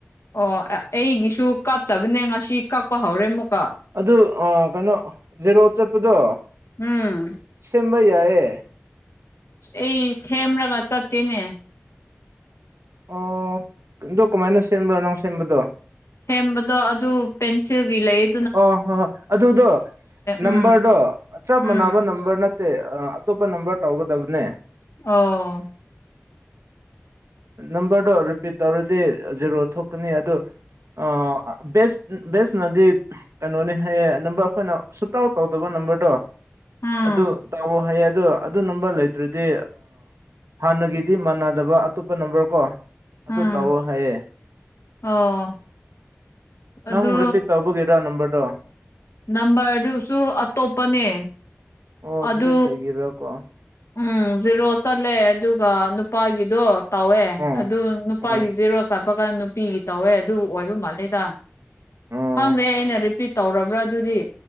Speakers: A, on the left (about 75°); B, on the right (about 75°).
A: ꯑꯣ ꯑꯩꯒꯤꯁꯨ ꯀꯇꯕꯅꯦ ꯉꯁꯤ ꯀꯛꯄ ꯍꯧꯔꯦ ꯑꯃꯨꯛꯀ
B: ꯑꯗꯨ ꯀꯩꯅꯣ ꯖꯦꯔꯣ ꯆꯠꯄꯗꯣ
A: ꯎꯝ
B: ꯁꯦꯝꯕ ꯌꯥꯏꯌꯦꯦ
A: ꯑꯩ ꯁꯦꯝꯦꯔꯒ ꯆꯠꯠꯇꯦꯅꯦ
B: ꯑꯣꯗꯣ ꯀꯃꯥꯏꯅ ꯁꯦꯝꯕ꯭ꯔꯥ ꯅꯪ ꯁꯦꯝꯕꯗꯣ
A: ꯁꯦꯝꯗꯣ ꯑꯗꯨ ꯄꯦꯦꯟꯁꯤꯜ ꯏꯂ ꯏ
B: ꯑꯣ ꯍꯣꯏ ꯍꯣꯏ ꯑꯗꯨꯗꯣ ꯅꯝꯕꯔꯗꯣ
A: ꯎꯝ
B: ꯆꯞ
A: ꯎꯝ
B: ꯃꯥꯟꯅꯕ ꯅꯝꯕꯔ ꯅ ꯑꯇꯣꯞꯄ ꯅꯝꯕꯔ ꯇꯧꯒꯗꯕꯅꯦ
A: ꯑꯣ
B: ꯅꯝꯕꯔꯗꯣ ꯔꯤꯄꯤꯠ ꯇꯧꯔꯗꯤ ꯖꯦꯔꯣ ꯊꯣꯛꯀꯅꯤ ꯑꯗꯨ ꯑ ꯦꯁ ꯦꯁ ꯅꯗꯤ ꯀꯩꯅꯣꯅꯦ ꯍꯌꯦ ꯅꯝꯕꯔ ꯑꯩꯈꯣꯏꯅ ꯁꯨꯇꯥꯎ ꯇꯧꯗꯕ ꯅꯝꯕꯔꯗꯣ
A: ꯎꯝ
B: ꯑꯗꯨꯗ ꯇꯥꯎ ꯍꯌꯦ ꯑꯗꯨ ꯑꯗꯨ ꯅꯝꯕꯔ ꯂꯩꯇ꯭ꯔꯗꯤ ꯍꯥꯟꯅꯒꯤꯗꯤ ꯃꯥꯟꯅꯗꯕ ꯑꯇꯣꯞꯄ ꯅꯝꯕꯔ ꯀꯣ
A: ꯎꯝ
B: ꯑꯗꯨ ꯇꯧꯑꯣ ꯍꯥꯏꯌꯦꯦ
A: ꯑꯣ ꯑꯗꯨ
B: ꯅꯪ ꯔꯤꯄꯤꯠ ꯇꯧꯕꯒꯤ ꯅꯝꯕꯔꯗꯣ
A: ꯅꯝꯕꯔꯗꯨꯁꯨ ꯑꯇꯣꯞꯄꯅꯦ
B: ꯑꯣ ꯑꯗꯨꯗꯤ
A: ꯑꯗꯨ
B: ꯀꯩꯒꯤꯔꯥꯀꯣ
A: ꯎꯝ ꯖꯤꯦꯔꯣ ꯆꯠꯂꯦ ꯑꯗꯨꯒ ꯅꯨꯄꯥꯒꯤꯗꯣ ꯇꯧꯋꯦ
B: ꯑꯣ
A: ꯑꯗꯨ ꯅꯨꯄꯥꯒꯤ
B: ꯑꯣ
A: ꯖꯦꯔꯣ ꯆꯠꯄ ꯀꯥꯟꯗ ꯅꯨꯄꯤꯒꯤ ꯇꯧꯋꯦ ꯑꯗꯨ ꯑꯣꯏꯕ ꯃꯥꯜꯂꯦꯗ
B: ꯑꯣ
A: ꯈꯪꯃꯦꯦ ꯑꯩꯅ ꯔꯤꯄꯤꯠ ꯇꯧꯔꯕ꯭ꯔꯥ ꯑꯗꯨꯗꯤ